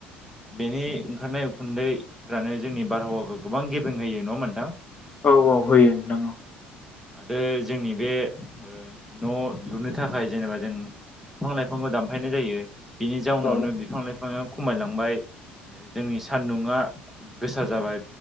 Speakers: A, in the centre; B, on the left.
A: बेनि ओंखारनाय उखुन्दैफ्रानो जोंनि बारहावाखौ गोबां गेबेें होयो नङा होमबा नोंथां?
B: औ औ होयो नोंगौ।
A: आरो जोंनि बे ओ न' लुनो थाखाय जेनेबा जों बिफां-लाइफांबो दानफायनाय जायो। बिनि जाउनावनो
B: औ
A: बिफां लाइफाङा खमायलांबाय जोंनि सान्दुङा गोसाार जाबाय